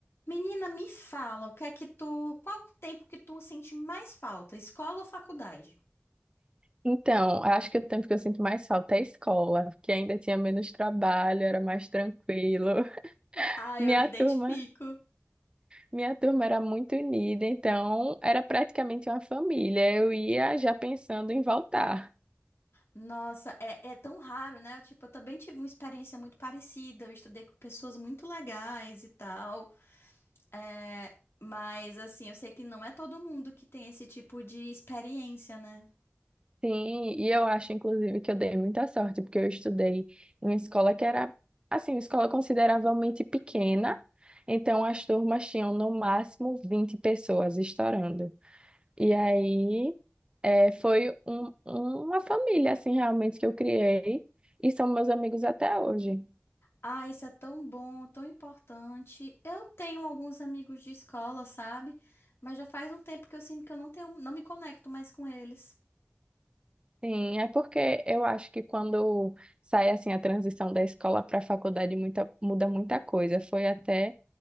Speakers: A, on the left; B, on the right.
A: Menina, me fala, o que é que tu, qual o tempo que tu sente mais falta, escola ou faculdade?
B: Então, eu acho que o tempo que eu sinto mais falta é a escola, porque ainda tinha menos trabalho, era mais tranquilo. <laughs>
A: Ah,
B: Minha
A: eu me identifico.
B: turma, minha turma era muito unida, então era praticamente uma família. Eu ia já pensando em voltar.
A: Nossa, é, é tão raro, né? Tipo, eu também tive uma experiência muito parecida. Eu estudei com pessoas muito legais e tal. É, mas, assim, eu sei que não é todo mundo que tem esse tipo de experiência, né?
B: Sim, e eu acho, inclusive, que eu dei muita sorte, porque eu estudei em uma escola que era, assim, uma escola consideravelmente pequena, então as turmas tinham no máximo 20 pessoas estourando. E aí é, foi um- uma família, assim, realmente que eu criei. E são meus amigos até hoje.
A: Ah, isso é tão bom, tão importante. Eu tenho alguns amigos de escola, sabe? Mas já faz um tempo que eu sinto que eu não tenho, não me conecto mais com eles.
B: Sim, é porque eu acho que quando sai assim a transição da escola para a faculdade muita, muda muita coisa. Foi até